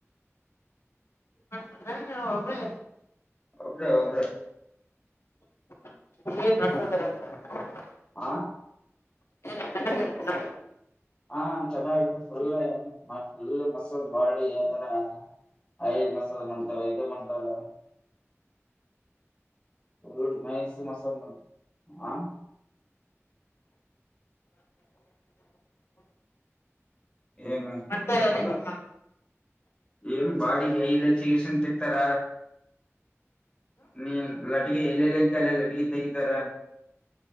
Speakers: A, on the left; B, on the left.
A: ಮಾಡ್ಕದ್ರ ಒಬ್ರೇ
B: ಒಬ್ಬರೇ ಒಬ್ಬರೇ
A: <inaudible>
B: ಆ
A: ಏನ ಚನ್ನಾಗಿರುತ್ತಾ.
B: ಹಾ ಚೆನ್ನಾಗ ಫುಲ್ ಫುಲ್ ಮಸ ಮಾಡಿ ಆತರ ಐದ್ ಮಸಾದ ಮಾಡ್ತಾರ ಇದು ಮಾಡತಾರ ಫುಲ್ ನೈಸ್ ಮಸಾಜ್ ಮಾಡ್ ಆ ಏನು
A: ಮತ್ತೆ
B: ಅ
A: ನಿಮ್ಮ
B: ಏನು ಬಾಡಿಗೆ ಐಲಚ್ಚಿ ಗಸನ್ ತೆಕ್ತಾರ ನೀ ಲಟ್ಗೆ ಎಲ್ಲೆಲ್ಲ ಇದ್ದಲ್ಲ ಲಟಗೆ ತೆಗಿತಾರ.